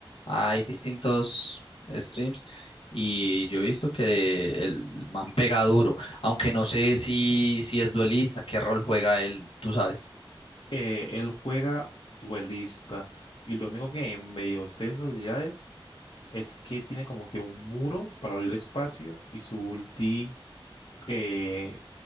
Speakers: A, on the left (about 75°); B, on the left (about 60°).
A: Hay distintos streams y yo he visto que el man pega duro, aunque no sé si, si es duelista, qué rol juega él, tú sabes.
B: Eh, él juega duelista y lo único que medio sé de sus habilidades es que tiene como que un muro para abrir espacio y su ulti eh,